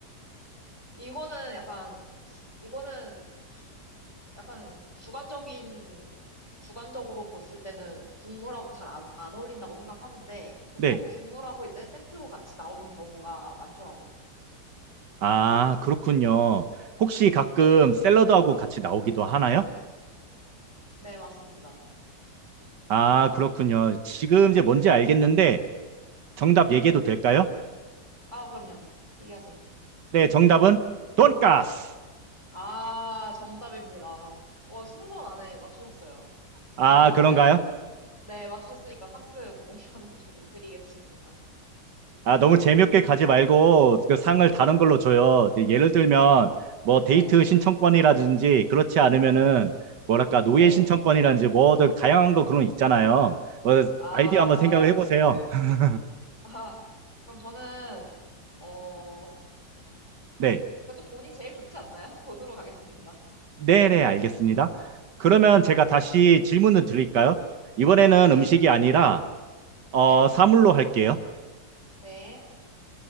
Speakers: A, on the left; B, on the right.
A: 이거는 약간 이거는 약간 주관적인, 주관적으로 봤을 때는 국물하고 잘 안, 안 어울린다고 생각하는데, 보통
B: 네.
A: 국물하고 이제 세트로 같이 나오는 경우가 많더라고요.
B: 아, 그렇군요. 혹시 가끔 샐러드하고 같이 나오기도 하나요?
A: 네, 맞습니다.
B: 아, 그렇군요. 지금 이제 뭔지 알겠는데 정답 얘기해도 될까요?
A: 아, 그럼요. 얘기하세요.
B: 네, 정답은 돈까스.
A: 아, 정답입니다. 어, 스무 번 안에 맞추셨어요.
B: 아,
A: 저도
B: 그런가요?
A: 이제, 네, 맞추셨으니까 상금 <laughs> 5만 원 저도 드리겠습니다.
B: 아, 너무 재미없게 가지 말고 그 상을 다른
A: 네.
B: 걸로 줘요. 이제 예를 들면
A: 아,
B: 뭐 데이트
A: 네.
B: 신청권이라든지 그렇지 않으면은 뭐랄까 노예
A: 네.
B: 신청권이라든지 뭐든 다양한 거 그런 거 있잖아요. 뭐
A: 아,
B: 아이디어 한번 생각을 해보세요. <laughs>
A: 아, 그럼 저는, 어,
B: 네.
A: 그래도 돈이 제일 좋지 않나요? <laughs> 돈으로 가겠습니다.
B: 네네, 알겠습니다. 그러면
A: 네.
B: 제가 다시 질문을 드릴까요? 이번에는
A: 네.
B: 음식이 아니라 어,
A: 네.
B: 사물로 할게요.
A: 네.